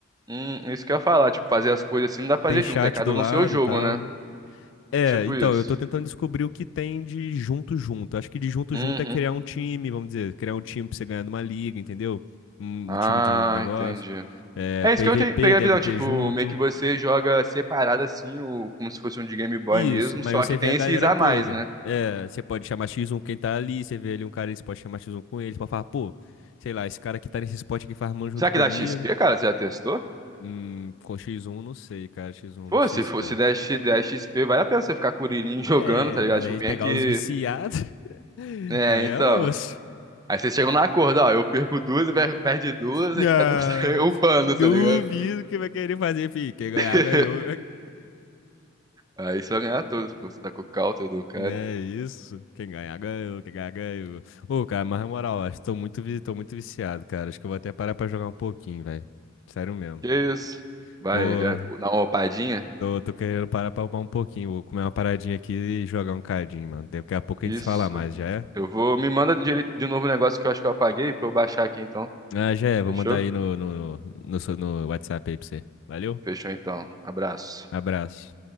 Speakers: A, on the right; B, on the left.
A: Hum, isso que eu ia falar, tipo, fazer as coisas assim não dá pra
B: Tem
A: fazer
B: chat
A: junto, é cada
B: do
A: um
B: lado
A: no seu jogo,
B: e tal.
A: né?
B: É,
A: Tipo
B: então,
A: isso.
B: eu tô tentando descobrir o que tem de junto junto. Acho que de junto
A: Uhum.
B: junto é criar um time, vamos dizer, criar um time pra você ganhar numa liga, entendeu? Um,
A: Ah,
B: um time de negócio.
A: entendi.
B: É,
A: É
B: PVP
A: isso que eu te- peguei
B: deve
A: a visão,
B: ter
A: tipo,
B: junto.
A: meio que você joga separado assim, o... como se fosse um de Game Boy
B: Isso,
A: mesmo,
B: mas
A: só
B: você
A: que tem
B: vê a galera
A: esses a
B: toda.
A: mais, né?
B: É, você pode chamar X1 quem tá ali, você vê ali um cara, você pode chamar X1 com ele, você pode falar, pô, sei lá, esse cara que tá nesse spot aqui farmando junto
A: Será
B: comigo.
A: que dá XP, cara? Você já testou?
B: Hum, com X1 não sei, cara, X1
A: Pô,
B: não sei
A: se
B: se
A: for,
B: dá.
A: se der, X- der XP, vale a pena você ficar com o Urilinho <laughs> jogando,
B: É,
A: tá ligado?
B: mas
A: Tipo,
B: aí
A: bem
B: pegar
A: que.
B: os viciados, <laughs>
A: É,
B: aí
A: então.
B: é osso.
A: Aí vocês chegam no acordo, ó. Eu perco duas, e per- perde duas,
B: Ah,
A: e cada <laughs> um sai upando,
B: duvido
A: tá ligado?
B: que vai querer fazer, filho. Quem
A: <laughs>
B: ganhar, ganhou.
A: Aí você vai ganhar todos, pô. Você tá com o counter
B: <laughs>
A: do cara.
B: né isso? Quem ganhar, ganhou. Quem ganhar, ganhou. Ô, cara, mas na moral, acho que tô muito, vi- tô muito viciado, cara. Acho que eu vou até parar pra jogar um pouquinho, velho. Sério mesmo.
A: Que isso? Vai,
B: Pô,
A: já dá uma opadinha?
B: tô, tô querendo parar pra upar um pouquinho. Vou comer uma paradinha aqui e jogar um cadinho, mano. Daqui a pouco
A: Isso.
B: a gente se fala mais, já é?
A: Eu vou. Me manda de, de novo o negócio que eu acho que eu apaguei pra eu baixar aqui então.
B: Ah, já é. Vou
A: Fechou?
B: mandar aí no, no, no, no no WhatsApp aí pra você. Valeu?
A: Fechou então. Abraço.
B: Abraço.